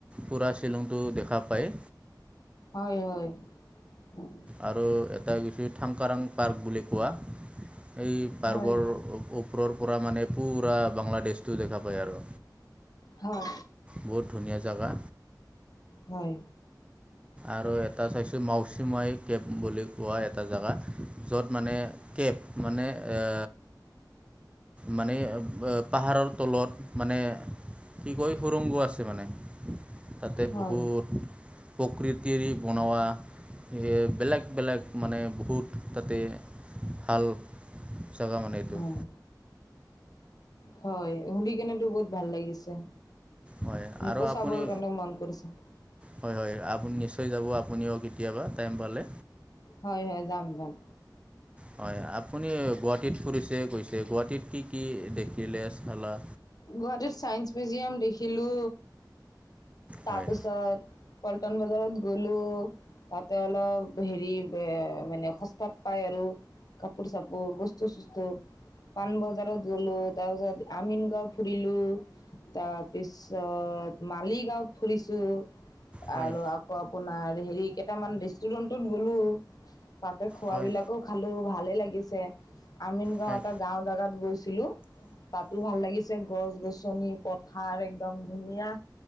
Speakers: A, on the right; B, on the left.
A: পুৰা শ্বিলংটো দেখা পায়।
B: হয় হয় উম
A: আৰু এটা গৈছো থংকাৰাং পাৰ্ক বুলি কোৱা এই পাৰ্কৰ
B: হয়
A: ওপৰৰ পৰা মানে পুৰা বাংলাদেশটো দেখা পায় আৰু
B: হয়
A: বহুত ধুনীয়া জেগা।
B: হয়
A: আৰু এটা চাইছোঁ মাউচিমাই কেব বুলি কোৱা এটা জেগা য'ত মানে কেব মানে আ মানে পাহাৰৰ তলত মানে কি কয় সুুৰংগো আছে মানে তাতে
B: হয়
A: বহুত প্ৰকৃতিৰ বনোৱা সেয়ে বেলেগ বেলেগ মানে বহুত তাতে ভাল জেগা মানে এইটো
B: উম হয় শুনি কেনেতো বহুত ভাল লাগিছে
A: হয়
B: মোকো
A: আৰু
B: চাবৰ
A: আপুনি
B: কাৰণে মন কৰিছে।
A: হয় হয় আপু নিশ্চয় যাব আপুনিও কেতিয়াবা টাইম পালে।
B: হয় হয় যাম যাম।
A: হয় আপুনি গুৱাহাটীত ফুৰিছে গৈছে গুৱাহাটীত কি কি দেখিলে চালা?
B: গুৱাহাটী চাইন্স মিউজিয়াম দেখিলো তাৰপিছত
A: হয়
B: পলটন বজাৰত গলো তাতে অলপ হেৰি বে মানে সস্তাত পায় আৰু। কাপোৰ চাপোৰ বস্তু চস্তু, পান বজাৰত গ'লো তাৰপিছত আমিন গাঁও ফুৰিলোঁ, তাৰপিছত মালিগাঁৱত ফুৰিছোঁ। আৰু
A: হয়
B: আকৌ আপোনাৰ হেৰি কেইটামান ৰেষ্টুৰেণ্টত গলো। তাতে খোৱাবিলাকো
A: হয়
B: খালো ভালে লাগিছে। আমিন গাওঁ
A: হয়
B: এটা গাওঁ জাগাত গৈছিলো তাতো ভাল লাগি- ছে গছ-গছনি পথাৰ একদম ধুনীয়া।